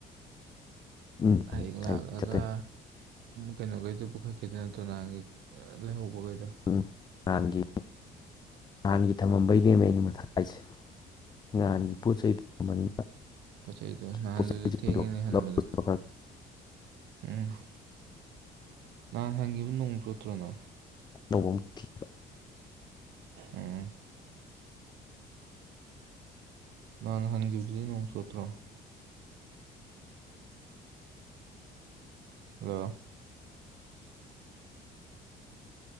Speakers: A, on the left (about 25°); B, on the right (about 80°).
A: ꯎꯝ
B: ꯍꯌꯦꯡ ꯂꯥꯛꯑꯒ
A: ꯑꯩ ꯆꯠꯇꯣꯏꯅꯦ
B: ꯀꯩꯅꯣꯈꯩꯗꯣ ꯄꯨꯈꯠꯈꯤꯗꯨꯏ ꯅꯠꯇ꯭ꯔꯣ ꯅꯍꯥꯟꯒꯤ ꯂꯩꯍꯧꯕꯈꯩꯗꯣ
A: ꯎꯝ ꯅꯍꯥꯟꯒꯤ ꯅꯍꯥꯟꯒꯤ ꯊꯝꯃꯝꯕꯩꯅꯦꯕ ꯑꯩꯅ ꯃꯊ ꯍꯥꯏꯁꯦ ꯅꯍꯥꯟꯒꯤ ꯄꯣꯠ ꯆꯩꯩ ꯊꯝꯕꯅꯤꯅ
B: ꯄꯣꯠꯆꯩꯗꯣ ꯅꯍꯥꯟꯗꯨꯁꯨ
A: ꯄꯣꯠ ꯆꯩꯁꯤꯡꯗꯣ
B: ꯊꯦꯡꯉꯤꯅꯦ ꯍꯟꯕꯗꯣ
A: ꯂꯧꯕ
B: ꯎꯝ ꯅꯍꯥꯟ ꯍꯟꯈꯤꯕ ꯅꯣꯡ ꯆꯣꯠꯇ꯭ꯔꯣꯅ
A: ꯅꯣꯡ ꯊꯤ
B: ꯎꯝ ꯅꯍꯥꯟ ꯍꯟꯈꯤꯕꯗꯨꯗꯤ ꯅꯣꯡ ꯆꯣꯠꯇ꯭ꯔꯣ ꯍꯜꯂꯣ